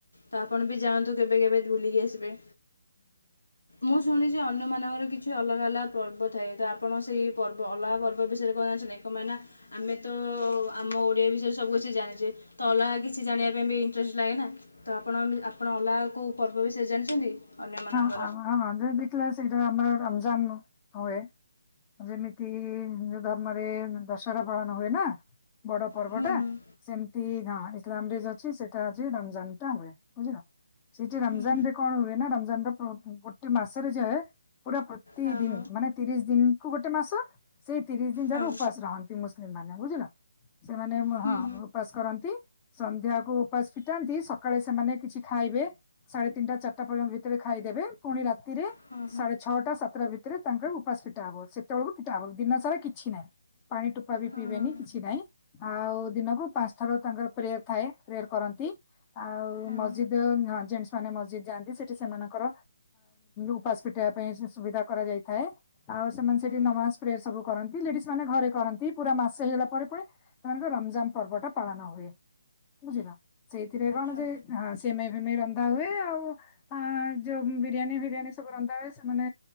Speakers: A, on the left; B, on the left.
A: ତ ଆପଣ ବି ଯାଆନ୍ତୁ କେବେ କେବେ ବୁଲିକି ଆସିବେ। ମୁଁ ଶୁଣିଛି ଅନ୍ୟ ମାନଙ୍କର କିଛି ଅଲଗା ଅଲଗା ପର୍ବ ଥାଏ ତ ଆପଣ ସେଇ ପର୍ବ ଅଲଗା ପର୍ବ ବିଷୟରେ କଣ ଜାଣିଛନ୍ତି ନା କମାନେ ନା ଆମେ ତ ଆମ ଓଡିଆ ବିଷୟରେ ସବୁ କିଛି ଜାଣିଛେ ତ ଅଲଗା କିଛି ଜାଣିବା ପାଇଁ ବି ଇଂଟରେଷ୍ଟ ଷ୍ ଲାଗେ ନା ତ ଆପଣ ବି ଆପଣ ଅଲଗା କୋଉ ପର୍ବ ବିସୟ ରେ ଜାଣିଛନ୍ତି ଅନ୍ୟମାନଙ୍କ
B: ଆ ହଁ ଯୋଉ ଦେଖିଲ ସେଇଟା ଆମର ଜାନୁ ହୁଏ। ଯେମିତି ହିନ୍ଦୁ ଧର୍ମରେ ଦସ ଚା ବଳନ ହଏ ନା। ବଡ ପର୍ବ
A: ହୁଁ
B: ଟା
A: ହୁଁ
B: ସେମିତି ହଁ ଇସଲାମ ରେ ଅଛି ସେ ତ ଆଜି ରମଜାନ ଟା ହୁଏ। ବୁଝିଲ ସେଇଠି ରମଜାନ
A: ହୁଁ
B: ରେ କଣ ହୁଏ ନା ରମଜାନ ର ଗୋଟେ ମାସରେ ଯାଏ। ପୁରା ପ୍ରତିଦିନ
A: ହୁଁ
B: ମାନେ ତିରିଶ ଦିନ। ହୁ ଗୋଟେ ମାସ। ସେଇ ତିରିଶ ଦିନ ଯାକ
A: ହଁ ହଁ ହଁ
B: ଉପାସ ରହନ୍ତି ମୁସଲିମ ମାନେ। ଲାଗୁଛିନା ସେମାନେ
A: ହୁଁ
B: ହଁ ଉପାସ କରନ୍ତି ସନ୍ଧ୍ୟାକୁ ଉପାସ ଫିଟାନ୍ତି ସକାଳେ କିଛି ଖାଇବେ ସାଢେ ତିନିଟା ଚାରିଟା ପର୍ଯ୍ୟନ୍ତ ଭିତରେ ଖାଇଦେବେ ପୁଣି ରାତି ରେ
A: ହୁଁ ହଁ
B: ସାଢେ ଛଅଟା ସାତଟା ଭିତରେ ତାଙ୍କର ଉପାସ ଫିଠା ହବ ସେ କେତେବେଳକୁ ଫିଟାହବ ଦିନ ସାରା କିଛି ନାହିଁ। ପାଣି ଟୋପା ବି
A: ହଁ
B: ପିଇବେନି କିଛି ନାଇଁ ଆଉ ଦିନକୁ ପାଞ୍ଚ ଥର ତାଙ୍କର ପ୍ରେୟର ଥାଏ ପ୍ରେୟର କରନ୍ତି ଆଉ
A: ହଁ ହଁ
B: ମସ୍ଜିଦ୍ ହଁ ଜ ମା ନେ ମସ୍ଜିଦ ଯାଆନ୍ତି ସେଠି ସେମାନଙ୍କର ଉପାସ ଫିଟବା ପାଇଁ ସୁବିଧା କରାଯାଇଥାଏ ଆଉ ସେମାନେ
A: ହଁ ହଁ
B: ସେଠି ନମାଜପ୍ରେ ସବୁ କରନ୍ତି ଲେଡି ମାନେ ଘରେ କରନ୍ତି ପୁରା ମାସ ହେଇଗଲା ପରେ ପୁ ସେମାନଙ୍କ ରମଜାନ ପର୍ବ ଟା ପାଳନ ହୁଏ ବୁଝିଲ ସେଇ କ ଣ
A: ଆଚ୍ଛା
B: ଯେ ହଁ ସିମେଇ ଫିମେଇ ର ରନ୍ଧା ହୁଏ ଆଉ ଯୋଉ ବିରିୟାନୀ ଫିରିୟାନୀ ସବୁ ରନ୍ଧା ହୁଏ ସେମାନେ